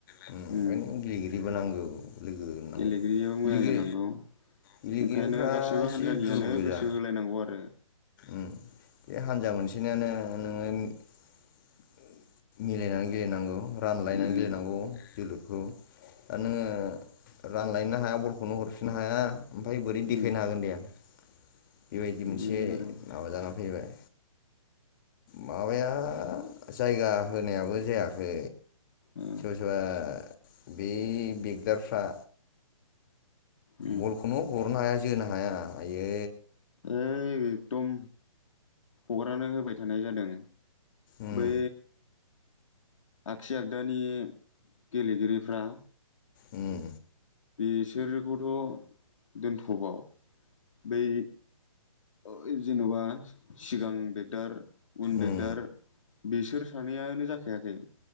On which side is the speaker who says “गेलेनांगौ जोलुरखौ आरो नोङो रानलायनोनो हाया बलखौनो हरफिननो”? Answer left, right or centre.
Left